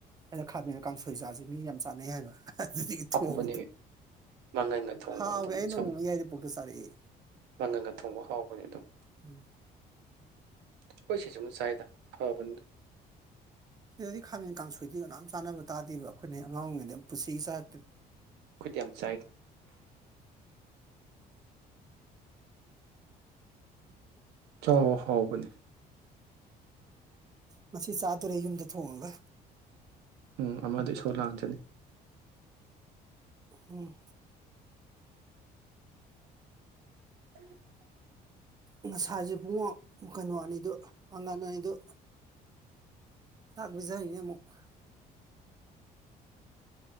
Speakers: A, on the right; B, on the right.
A: ꯑꯩꯅ ꯈꯥꯃꯦꯟ ꯀꯥꯡꯁꯣꯏ ꯆꯁꯤ ꯃꯤ ꯌꯥꯝ ꯆꯥꯅꯩ ꯍꯥꯏꯕ ꯑꯗꯨꯗꯒꯤ ꯊꯣꯡ
B: ꯍꯥꯎꯕꯅꯤ ꯃꯪꯒꯟꯒ ꯊꯣꯡꯉꯣ
A: ꯍꯥꯎꯋꯦ
B: ꯑꯗꯨꯝ
A: ꯑꯩ ꯅꯣꯡꯃ
B: ꯁꯝ
A: ꯃ ꯌꯥꯏꯗ ꯄꯣꯛꯇ ꯆꯥꯔꯛꯑꯦ
B: ꯃꯪꯒꯟꯒ ꯊꯣꯡꯕ ꯍꯥꯎꯕꯅꯤ ꯑꯗꯨꯝ
A: ꯎꯝ
B: <unintelligible> ꯆꯥꯏꯗ ꯐꯕꯅꯦ
A: ꯁꯤꯗꯗꯤ ꯈꯥꯃꯦꯟ ꯀꯥꯡꯁꯣꯏꯗꯤ ꯀꯅꯣꯝ ꯆꯥꯅꯕ ꯇꯥꯗꯦꯕ ꯑꯩꯈꯣꯏꯅ ꯑꯉꯥꯡ ꯑꯣꯏꯔꯤꯉꯩꯗ ꯄꯨꯟꯁꯤꯒꯤ ꯆꯥꯔꯛꯇ꯭ꯔꯤ
B: ꯈꯣꯏꯗꯤ ꯌꯥꯝ ꯆꯥꯏ ꯆꯥꯎꯋꯣ ꯍꯥꯎꯕꯅꯤ
A: ꯉꯁꯤ ꯆꯥꯗꯣꯔꯦ ꯌꯨꯝꯗ ꯊꯣꯡꯉꯒ
B: ꯎꯝ ꯑꯃꯗꯣ ꯏꯁꯧ ꯂꯥꯡꯖꯅꯤ
A: ꯎꯝ
B: <unintelligible>
A: ꯉꯁꯥꯏꯁꯦ ꯏꯕꯨꯡꯉꯣ ꯀꯩꯅꯣ ꯑꯅꯤꯗꯨ ꯄꯥꯡꯒꯟ ꯑꯅꯤꯗꯨ <unintelligible>